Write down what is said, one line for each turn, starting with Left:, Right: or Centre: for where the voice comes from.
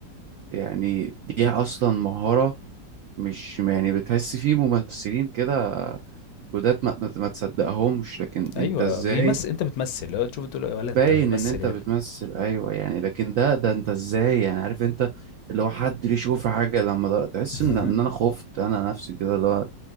Right: يعني دي اصلا مهارة مش يعني بتحس في ممثلين كده جداد ما, ما ما تصدقهمش لكن
Left: ايوه
Right: انت ازاي
Left: بيمثل انت بتمثل لو تشوف تقول له ولا
Right: باين
Left: انت بتمثل
Right: ان انت
Left: يالا
Right: بتمثل ايوه يعني لكن ده ده انت ازاي يعني عارف انت اللي هو حد ليه يشوف حاجة لما ده تحس
Left: <laughs>
Right: ان ان انا خفت انا نفسي كده اللي هو